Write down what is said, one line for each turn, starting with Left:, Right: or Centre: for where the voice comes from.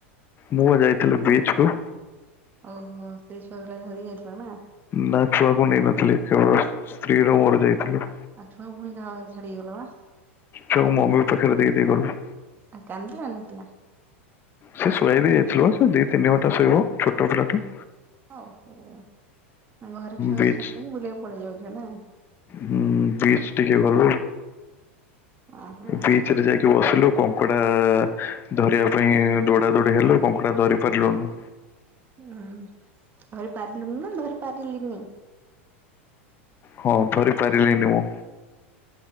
Left: ମୁଁ ଯାଇଥିଲି ବିଚ୍ କୁ।
Right: ଓହୋ ସ୍ତ୍ରୀ ଛୁଆ ଧରିକି ଯାଇଥିଲା ନା?
Left: ନା ଛୁଆକୁ ନେଇନଥିଲି କେବଳ ସ୍ତ୍ରୀ ର ମୋର ଯାଇଥିଲୁ।
Right: ଆଉ <unintelligible> ପୁଣି କାହା ଘରେ ଛାଡିକି ଗଲା ବା?
Left: ଛୁଆ ମମି ଙ୍କ ପାଖରେ ଦେଇ ଦେଇକି ଗଲୁ।
Right: ଆ କାନ୍ଦିଲାନି ପିଲା?
Left: ସେ ଶୋଆଇ ଦେଇ ଯାଇଥିଲୁ ବା ସେ ଦି ତିନି ଘଣ୍ଟା ଶୋଇବ ଛୋଟ ପିଲା ଟା।
Right: ହଉ <unintelligible> ଘରେ ଛୁଆକୁ
Left: ବିଚ୍
Right: ଛାଡ଼ି ଦେଇକି ବୁଲିବାକୁ ପଳେଇ ଯାଉଛ ନା।
Left: ହୁଁ ବିଚ ଟିକେ ଗଲୁ
Right: ଓହୋ ହୁଁ
Left: ବିଚ ରେ ଯାଇକି ବସିଲୁ। କଙ୍କଡା ଧରିବା ପାଇଁ ଦୌଡା ଦୋଡି ହେଲୁ କଙ୍କଡା ଧରି ପାରିଲୁନୁ।
Right: ଉୁଁ ଧରି ପାରିଲୁନି ନା ଧରି ପାରିଲିନି।
Left: ହଁ ଧରି ପାରିଲିନି ମୁଁ।